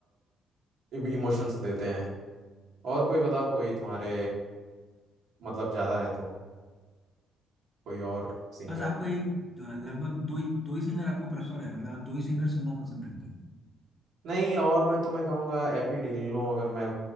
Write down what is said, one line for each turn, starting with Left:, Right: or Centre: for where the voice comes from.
Right: इमोशंस देते हैं और कोई बताओ कोई तुम्हारे मतलब ज्यादा है तो कोई और सिंगर
Left: बस आपको एक लगभग दो ही दो ही सिंगर आपको प्रेफर है मतलब आप दो ही सिंगर सुनना पसंद करते हैं
Right: नहीं और मैं तुम्हें कहूँगा एपी ढिल्लों अगर मैं